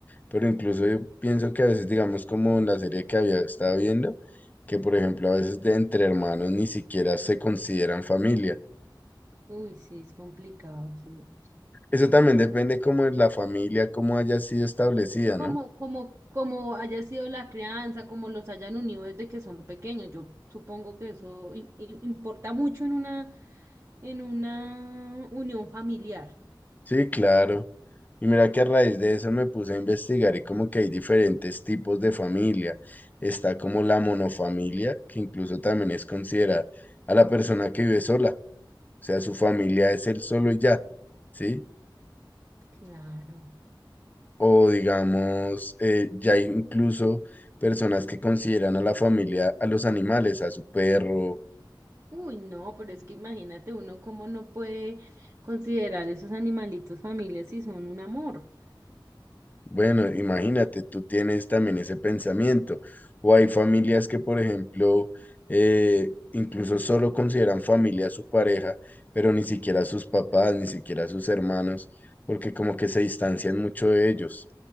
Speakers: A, on the left; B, on the right.
A: pero incluso yo pienso que a veces, digamos, como en la serie que había estado viendo, que por ejemplo a veces de entre hermanos ni siquiera se consideran familia.
B: Uy, sí, es complicado, sí.
A: Eso también depende como de la familia, cómo haya sido establecida,
B: Como,
A: ¿no?
B: como, como haya sido la crianza, como los hayan unido desde que son pequeños. Yo supongo que eso im- im- importa mucho en una, en una unión familiar.
A: Sí, claro. Y mira que a raíz de eso me puse a investigar y como que hay diferentes tipos de familia. Está como la monofamilia, que incluso también es considerada a la persona que vive sola. O sea, su familia es él solo y ya, ¿sí?
B: Claro.
A: O digamos, eh, ya hay incluso personas que consideran a la familia, a los animales, a su perro,
B: Uy, no, pero es que imagínate uno cómo no puede considerar esos animalitos familias si son un amor.
A: Bueno, imagínate, tú tienes también ese pensamiento. O hay familias que, por ejemplo, eh, incluso solo consideran familia a su pareja, pero ni siquiera a sus papás, ni siquiera a sus hermanos, porque como que se distancian mucho de ellos.